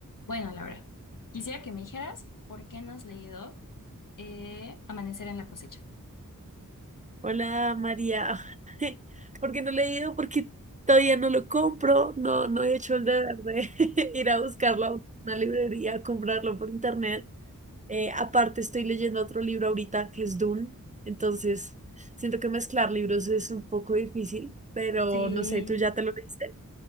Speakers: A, on the left (about 65°); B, on the right (about 25°).
A: Bueno, Laura, quisiera que me dijeras por qué no has leído eh, Amanecer en la cosecha.
B: Hola María, <laughs> ¿por qué no le he ido? Porque todavía no lo compro, no, no he hecho el deber de <laughs> ir a buscarlo a una librería, a comprarlo por internet. Eh, aparte estoy leyendo otro libro ahorita que es Dune, entonces siento que mezclar libros es un poco difícil, pero
A: Sí,
B: no sé, ¿tú ya te lo leíste?